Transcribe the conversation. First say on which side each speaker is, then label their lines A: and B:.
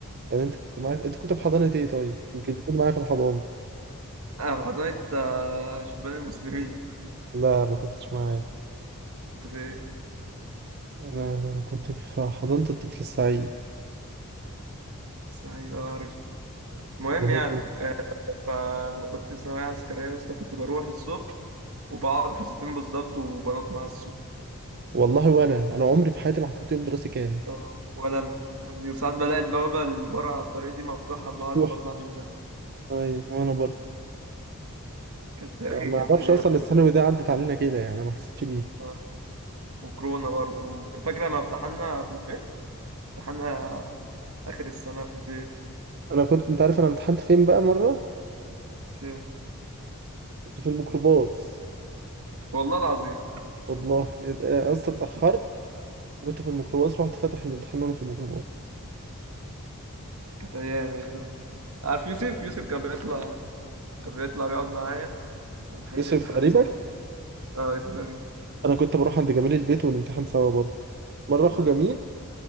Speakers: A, on the right (about 45°); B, on the right (about 70°).
A: يعني انت كنت معايا انت كنت في حضانة ايه طيب؟ يمكن تكون معايا في الحضانة
B: أنا في حضانة آه، شبان المسلمين
A: لا ما كنتش معايا
B: كنت في إيه؟
A: انا كنت في حضانة الطفل السعيد
B: سعيد أه عارف المهم
A: ده
B: يعني
A: هي
B: فلما كنت في ثانوية عسكرية يا اسطى كنت بروح الصبح وبقعد حصتين بالظبط وبنط مع السوق
A: والله وانا انا عمري في حياتي ما حضرت يوم دراسي كامل
B: آه، ولا أنا يعني وساعات بلاقي البوابة اللي بره على الطريق دي مفتوحة بقعد-
A: مفتوح
B: بطلع منها
A: ايوه وانا برضه
B: كانت يا أخي
A: ما
B: كانت
A: اعرفش
B: أيام
A: اصلا الثانوي دي عدت علينا كده يعني انا ما حسيتش بيها
B: أه وكورونا برضو فاكرة لما امتحنا في البيت امتحنا آخر السنة في البيت
A: انا كنت انت عارف انا امتحنت فين بقى مره
B: في إيه؟
A: كنت في الميكروباص
B: والله العظيم
A: والله يبقى اصلا اتاخرت كنت في الميكروباص رحت فاتح الامتحان وانا في الميكروباص
B: كانت ايام يا اخي والله. عارف يوسف يوسف كان بيطلع كان بيطلع بيقعد معايا ونحل
A: ماشي
B: الامتحان
A: تقريبا
B: سوا اه يوسف غريب
A: انا كنت بروح عند جميل البيت ونمتحن سوا برضه مره اخو
B: اه
A: جميل